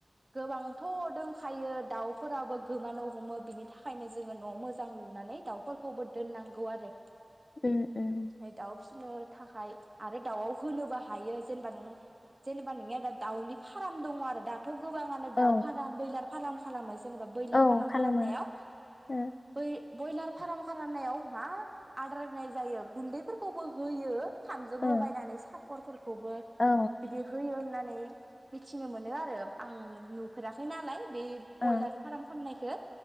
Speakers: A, on the right; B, on the left.
A: गोबांथ दोंखायो दाव फोराबो गोमानो हमो बिनि थाखायनो जोंङो न'मोजां लुनानै दाउफोरखौबो दोननांगौ आरो
B: उम उम
A: फाय दाव फिसिनो थाखाय आरो दाव आव होनोबो हायो जेनेबा नों जेनेबा नोंनिया दा दाव नि फार्म दंङ आरो दा थ गोबांङानो
B: औ
A: दाव फाराम बैलार फार्म खालामो जेनेबा बैलार
B: औ
A: फार्म
B: खालामो
A: खालामनायाव
B: ओ
A: बै बयलार फार्म खालामनायाव मा आदार होनाय जायो गुन्दैफोर खौबो होयो खामजों
B: ओ
A: लगायनानै साफ खर फोर खौबो
B: औ ओ
A: बिदि होयो होननान नायै मिथिनो मोनो आरो आं नुफेराखै नालाय बे
B: ओ
A: बयलार फार्म खालामाननायखौ